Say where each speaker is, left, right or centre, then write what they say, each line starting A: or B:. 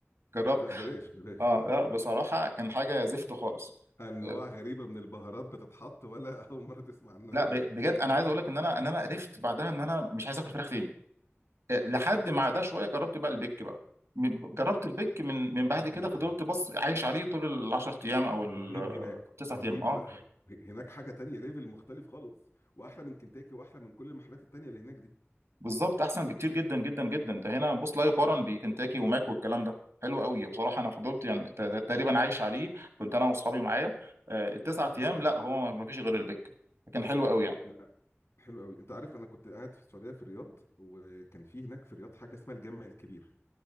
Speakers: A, on the right (about 80°); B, on the left (about 80°).
A: جربت
B: ده بلاش بلاش
A: اه لا بصراحه كان حاجه زفت
B: <laughs>
A: خالص
B: انواع
A: آه،
B: غريبه من البهارات بتتحط ولا <laughs> اول مره تسمع عنها
A: لا
B: يعني
A: ب- بجد انا عايز اقول لك ان انا ان انا قرفت بعدها ان انا مش عايز اكل فراخ تاني آه، لحد ما عدا شويه جربت بقى البيك بقى م- جربت البيك من من بعد كده
B: رهيب
A: فضلت بص عايش عليه طول ال 10 ايام او ال
B: رهيب هناك
A: 9
B: رهيب
A: ايام اه
B: لا ه- هناك حاجه تانية ليفل مختلف خالص واحلى من كنتاكي واحلى من كل المحلات التانية اللي هناك دي
A: بالظبط احسن بكتير جدا جدا جدا ده هنا بص لا يقارن بكنتاكي وماك والكلام ده حلو قوي بصراحه انا فضلت يعني ت- ت- تقريبا عايش عليه كنت انا واصحابي معايا آه، التسعة ايام لا هو ما فيش غير البك كان حلو قوي يعني
B: لا حلو قوي انت عارف انا كنت قاعد في السعوديه في الرياض وكان في هناك في الرياض حاجه اسمها الجامع الكبير